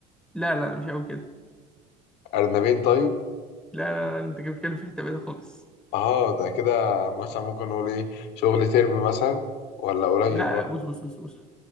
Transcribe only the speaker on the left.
أرنبين طيب
اه ده كده مثلا ممكن نقول ايه شغل ترم مثلا ولا قليل
برضه